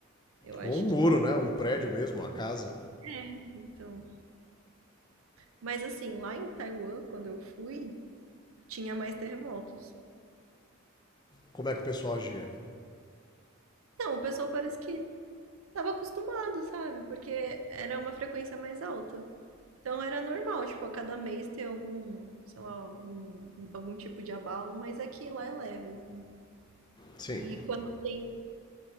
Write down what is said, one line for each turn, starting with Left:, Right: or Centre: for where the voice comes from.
Right: Eu acho
Left: Ou um muro,
Right: que.
Left: né? Um prédio mesmo, uma casa.
Right: né, Então. Mas assim, lá em Taiwan, quando eu fui, tinha mais terremotos.
Left: Como é que o pessoal agia?
Right: Então, o pessoal parece que tava acostumado, sabe? Porque era uma frequência mais alta. Então era normal, tipo, a cada mês ter algum, sei lá, um- algum tipo de abalo, mas é que lá é leve. assim.
Left: Sim.
Right: E quando tem